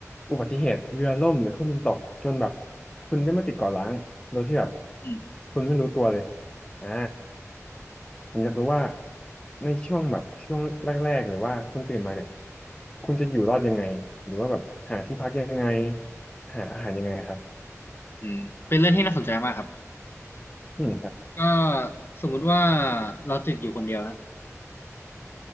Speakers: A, on the left; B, on the left.
A: อุบัติเหตุเรือล่มหรือเครื่องบินตกจนแบบคุณได้มาติดเกาะร้างโดยที่แบบ
B: อืม
A: คุณไม่รู้ตัวเลยอ่าผมอยากรู้ว่าในช่วงแบบช่วงแรกๆหรือว่าคุณตื่นมาเนี่ยคุณจะอยู่รอดยังไงหรือว่าแบบหาที่พักยังไงหาอาหารยังไงครับ
B: อืมเป็นเรื่องที่น่าสนใจมากครับ
A: อืมครับ
B: ก็สมมุติว่าเราติดอยู่คนเดียวนะ